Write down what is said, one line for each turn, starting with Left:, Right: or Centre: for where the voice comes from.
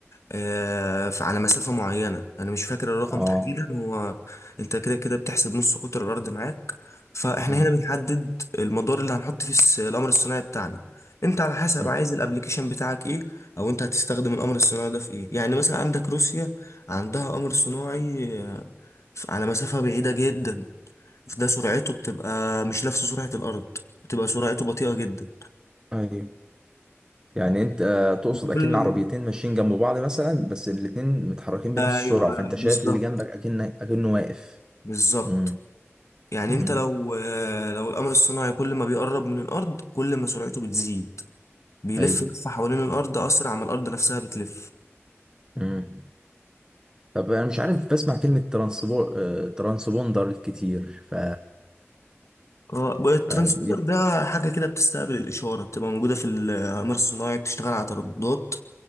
Left: آه، ف- على مسافة معينة أنا مش فاكر الرقم
Right: اه
Left: تحديدا هو أنت كده كده بتحسب نص قطر الأرض معاك فإحنا
Right: مم.
Left: هنا بنحدد المدار اللي هنحط فيه الس- القمر الصناعي بتاعنا أنت على حسب
Right: مم.
Left: عايز الأبليكيشن بتاعك إيه أو أنت هتستخدم القمر الصناعي ده في إيه يعني مثلا عندك روسيا عندها قمر صناعي آه، ف- على مسافة بعيدة جدا فده سرعته بتبقى مش نفس سرعة الأرض بتبقى سرعته بطيئة جدا
Right: ايوه يعني انت آه، تقصد اكن
Left: كل
Right: عربيتين ماشيين جنب بعض مثلا بس الاتنين متحركين بنفس
Left: ايوه
Right: السرعه فانت شايف
Left: بالظبط
Right: اللي جنبك اكن اكنه واقف
Left: بالظبط
Right: مم.
Left: يعني
Right: مم.
Left: انت لو لو القمر الصناعي كل ما بيقرب من الأرض كل ما سرعته بتزيد بيلف
Right: ايوه
Left: لفة حوالين الأرض أسرع ما الأرض نفسها بتلف
Right: مم. طب انا مش عارف بسمع كلمه ترانسبور آه، ترانسبوندر كتير ف
Left: اه الترانسبوندر
Right: فدي
Left: ده حاجة كده بتستقبل الإشارة بتبقى موجودة في الأقمار الصناعي بتشتغل على ترددات